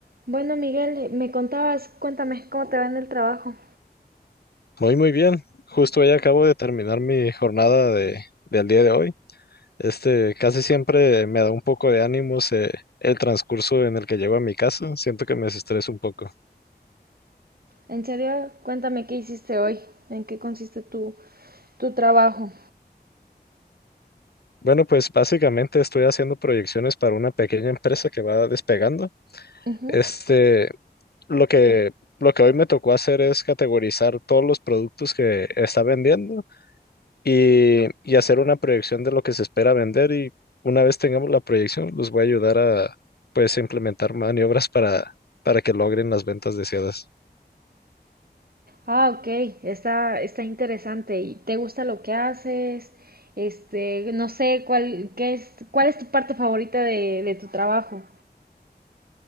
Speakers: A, on the right; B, on the left.
A: Bueno, Miguel, me contabas, cuéntame cómo te va en el trabajo.
B: Muy, muy bien. Justo ya acabo de terminar mi jornada de, del día de hoy. Este, casi siempre me da un poco de ánimos eh, el transcurso en el que llego a mi casa. Siento que me desestreso un poco.
A: En serio, cuéntame qué hiciste hoy, en qué consiste tu, tu trabajo.
B: Bueno, pues básicamente estoy haciendo proyecciones para una pequeña empresa que va despegando.
A: Ujú.
B: Este, lo que, lo que hoy me tocó hacer es categorizar todos los productos que está vendiendo y, y hacer una proyección de lo que se espera vender y una vez tengamos la proyección, los voy a ayudar a pues implementar maniobras para, para que logren las ventas deseadas.
A: Ah, ok, está, está interesante. ¿Y te gusta lo que haces? Este, no sé, cuál, qué es, cuál es tu parte favorita de, de tu trabajo.